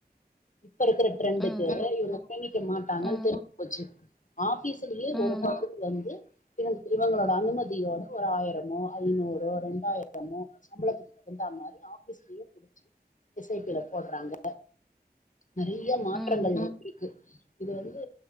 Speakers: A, on the left; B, in the centre.
A: இப்ப இருக்கிற ட்ரெண்டுக்கு
B: ம்
A: இவங்க <unintelligible> மாட்டாங்கன்
B: ம்
A: தெரிஞ்சுபோச்சு மா கிசுலயே
B: ம்
A: ஒரு பக்க வந்து இவங் இவங்களோட அனுமதியோட ஒரு ஆயிரமோ ஐநூறோ ரெண்டாயிரமோ சம்பளத்துக்கு தகுந்தா மாரி ஆபீஸ்லயே புடிச்சு எஸ் ஐ பி-ல போடுறாங்க நெறைய மாற்றங்கள்
B: ம்
A: கு இது வந்து